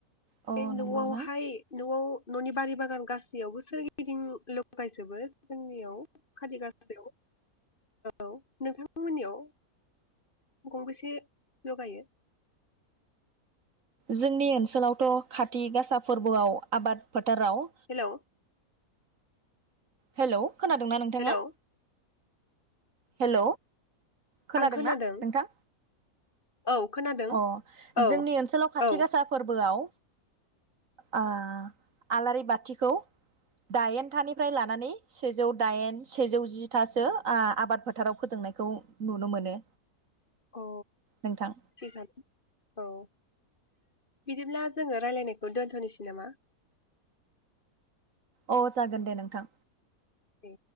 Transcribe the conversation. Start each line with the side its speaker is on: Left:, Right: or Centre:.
Right: अ
Left: बे नआवहाय
Right: नंगौना
Left: नआव ननि बारि बागान गासैयावबो सोरगिदिं लगायजोबो जोंनियाव खालि गासायाव औ नोंथांमोननियाव गंबेसे लगायो
Right: जोंनि ओनसोलावथ खाथि गासा फोरबोआव आबाद फोटाराव
Left: हेलौ
Right: हेल खोनादोंना नोंथाङा
Left: हेलौ
Right: हेल खोनादोंना
Left: आं खोनादों
Right: नोंथां
Left: औ खोनादों
Right: अ
Left: औ
Right: जोंनि ओनसोलाव खाथि
Left: औ
Right: गासा फोरबोआव आ आलारि बाथिखौ दाइनथानिफ्राय लानानै सेजौ दाइन सेजौ जिथासो आ आबाद फोथाराव फोजोंनायखौ नुनो मोनो
Left: औ
Right: नोंथां
Left: थख औ बिदिब्ला जोङो राय्लायनायखौ दोन्थनोसै नामा
Right: अह जागोन दे नोंथां
Left: दे